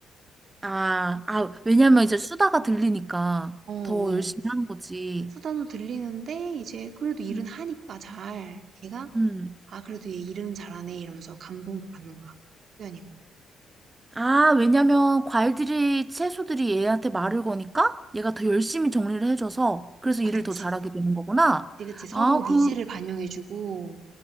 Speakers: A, on the right; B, on the right.
A: 아, 아, 왜냐면 이제 수다가 들리니까
B: 어, 어.
A: 더 열심히 하는 거지.
B: 수다도 들리는데 이제 그래도 일은
A: 음.
B: 하니까 잘 얘가
A: 음.
B: '아 그래도 얘 일은 잘하네.' 이러면서 감동도 받는 거야. 수연이가.
A: 아, 왜냐면 과일들이, 채소들이 얘한테 말을 거니까 얘가 더 열심히 정리를 해줘서 그래서
B: 아
A: 일을
B: 그치.
A: 더 잘하게 되는 거구나.
B: 그치, 그치. 서로
A: 아,
B: 어?
A: 그,
B: 니즈를 반영해 주고